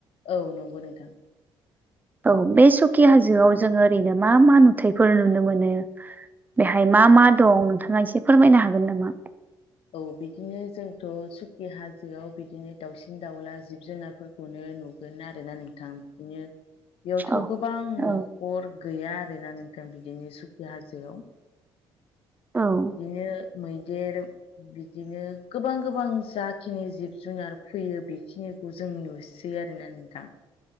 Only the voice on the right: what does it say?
औ बे सखि हाजोआव जोङो ओरैनो मा मा नुथायफोर नुनो मोनो बेहाय मा मा दं नोंथाङा इसे फोरमायनो हागोन नामा?
औ
औ
औ।